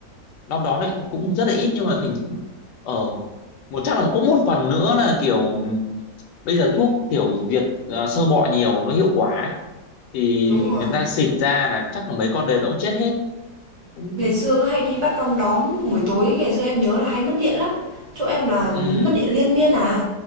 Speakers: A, on the left (about 80°); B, on the right (about 55°).
A: năm đó lại cũng rất là ít nhưng mà thì ờ một chắc là cũng một phần nữa là kiểu bây giờ thuốc kiểu diệt ờ, sơ bọ nhiều nó hiệu quả thì
B: Đúng rồi.
A: người ta xịt ra là chắc là mấy con đấy nó cũng chết hết Cũng-
B: Ngày xưa cứ hay đi bắt đom đóm, buổi tối ngày xưa em nhớ là hay mất điện lắm. Chỗ em là
A: ừ
B: mất điện liên miên à.